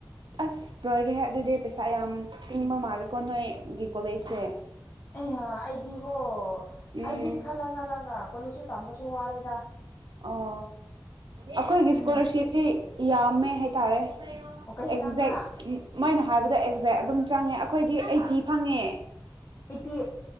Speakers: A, on the right; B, on the left.
A: ꯑꯁ ꯂꯣꯏꯔꯦ ꯑꯗꯨꯗꯤ ꯄꯩꯁꯥ ꯌꯥꯝ ꯇꯤꯡꯕ ꯃꯥꯜꯂꯦꯀꯣ ꯅꯣꯏꯒꯤ ꯀꯣꯂꯦꯖꯁꯦ
B: ꯑꯦꯍ ꯑꯩꯗꯤ ꯑꯣꯣ
A: ꯎꯝ
B: ꯑꯩꯗꯤ ꯈꯜꯂꯒ ꯈꯜꯂꯒ ꯀꯣꯂꯦꯁꯁꯨ ꯇꯝꯕꯁꯨ ꯋꯥꯔꯦꯗ
A: ꯑꯣ ꯑꯩꯈꯣꯏꯒꯤ ꯏꯁꯀꯣꯂꯔꯁꯤꯞꯇꯤ
B: ꯎꯝ
A: ꯌꯥꯝꯃꯦ ꯍꯥꯏꯇꯥꯔꯦ
B: ꯑꯣ ꯀꯩꯌꯥ
A: ꯑꯦꯛꯖꯦꯛ
B: ꯆꯪꯕ꯭ꯔꯥ
A: ꯎ ꯃꯣꯏꯅ ꯍꯥꯏꯕꯗ ꯑꯦꯛꯖꯦꯛ ꯑꯗꯨꯝ ꯆꯪꯉꯦ ꯑꯩꯈꯣꯏꯗꯤ ꯑꯩꯠꯇꯤ ꯐꯪꯉꯦ
B: ꯑꯩꯠꯇꯤ